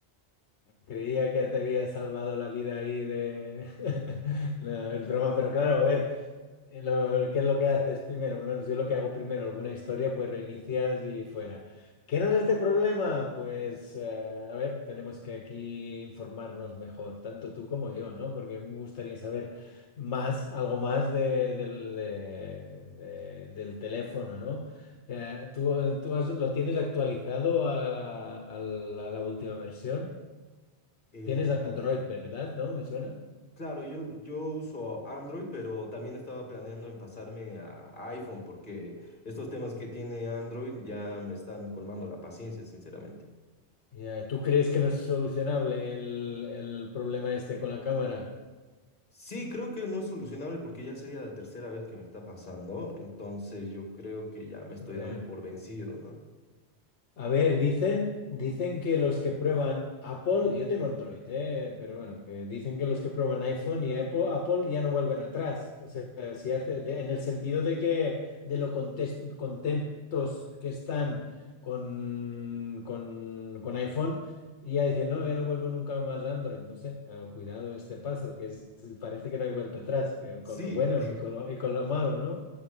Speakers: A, on the left (about 75°); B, on the left (about 45°).
A: Creía que te había salvado la vida ahí de... <laughs> No, el broma, pero claro, a ver. Eh, lo- ¿Qué es lo que haces primero? Por lo menos yo lo que hago primero, alguna historia, pues reinicias y fuera. ¿Qué era este problema? Pues, eh, a ver, tenemos que aquí informarnos mejor, tanto tú como yo, ¿no? Porque me gustaría saber más, algo más de- del, de- de- del teléfono, ¿no? Eh, ¿tú, tú has- lo tienes actualizado a, a la, a la última versión?
B: Eh,
A: Tienes Android, ¿verdad? ¿No? ¿Me suena?
B: claro, yo, yo uso Android, pero también estaba planeando en pasarme a iPhone porque estos temas que tiene Android ya me están colmando la paciencia, sinceramente.
A: Ya, ¿Tú crees que no es solucionable el, el problema este con la cámara?
B: Sí, creo que no es solucionable porque ya sería la tercera vez que me está pasando, entonces yo creo que ya me estoy
A: Ya.
B: dando por vencido, ¿no?
A: A ver, dicen, dicen que los que prueban Apple, yo tengo Android, eh, pero bueno, que dicen que los que prueban iPhone y Apple, Apple ya no vuelven atrás. O sea, si hace, de- en el sentido de que de lo contes- contentos que están con, con, con iPhone, y ya dicen, no, yo no vuelvo nunca más a Android. No sé, eh, cuidado este paso, que es- parece que no hay vuelta atrás, que
B: Sí,
A: con lo bueno
B: <laughs>
A: y con lo, y con lo malo, ¿no?